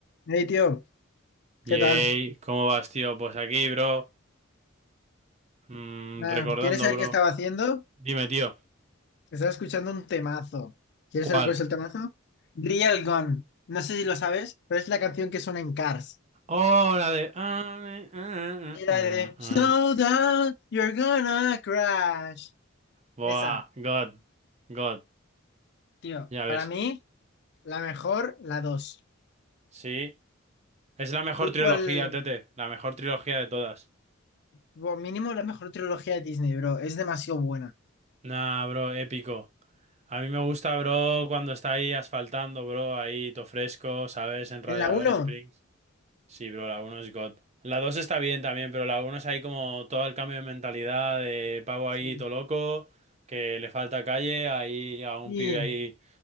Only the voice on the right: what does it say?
Yay,
¿cómo vas, tío? Pues aquí, bro. Mm,
recordando,
bro.
Dime, tío.
¿Cuál?
Oh, la de... ah, eh, ah,
ah,
ah,
ah.
Buah,
God. God.
Ya ves.
Sí. Es la mejor
trilogía,
Tete. La mejor trilogía de todas.
Nah, bro, épico. A mí me gusta, bro, cuando está ahí asfaltando, bro. Ahí, todo fresco, ¿sabes? En Radiador
Springs. Sí, bro, la uno es God. La 2 está bien también, pero la uno es ahí como todo el cambio de mentalidad de pavo ahí
todo loco, que le falta calle, ahí a un
pibe ahí